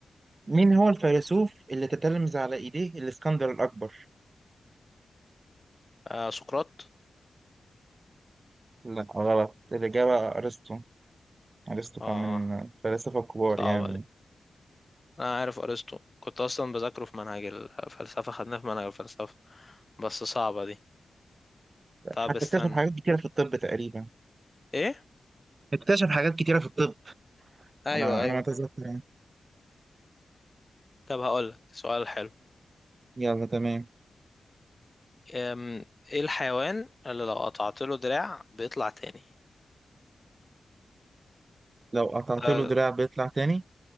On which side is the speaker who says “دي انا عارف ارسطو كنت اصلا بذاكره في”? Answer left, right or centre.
Left